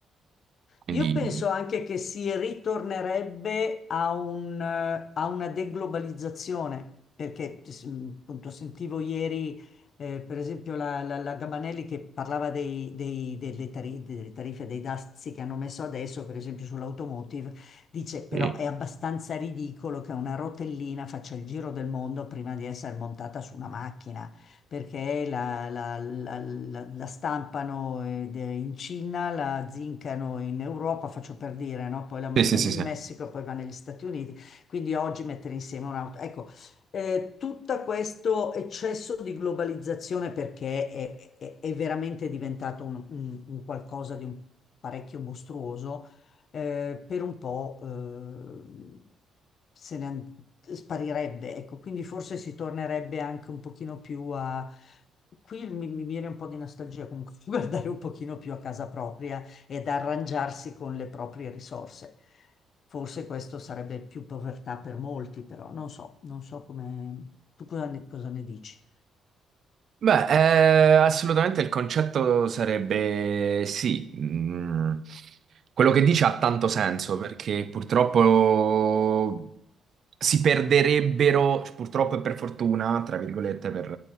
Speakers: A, on the right (about 55°); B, on the left (about 55°).
A: quindi...
B: Io penso anche che si ritornerebbe a, un, eh, a una deglobalizzazione, perché s- mm, appunto sentivo ieri, eh, per esempio, la, la- la Gabanelli che parlava dei- dei- delle, tari- delle tariffe, dei dazi che hanno messo adesso, per esempio sull'automotive, dice però
A: Sì,
B: è abbastanza ridicolo che una rotellina faccia il giro del mondo prima di essere montata su una macchina perché la, la- la- la- la stampano eh, de- in Cina, la zincano in Europa, faccio per dire, no? Poi la mandano
A: sì, sì,
B: in
A: sì.
B: Messico, poi va negli Stati Uniti. Quindi oggi mettere insieme un'auto. Ecco, eh, tutto questo eccesso di globalizzazione perché è, è- è veramente diventato un, un- un qualcosa di un parecchio mostruoso eh, per un po' eh, se ne an- sparirebbe, ecco, quindi forse si tornerebbe anche un pochino più a... Qui mi, mi viene un po' di nostalgia comunque <laughs> guardare un pochino più a casa propria ed arrangiarsi con le proprie risorse. Forse questo sarebbe più povertà per molti, però non so, non so come... Tu cosa ne, cosa ne dici?
A: Beh, eh, assolutamente il concetto sarebbe sì. Mm, quello che dice ha tanto senso perché purtroppo si perderebbero, cioè, purtroppo e per fortuna, tra virgolette, per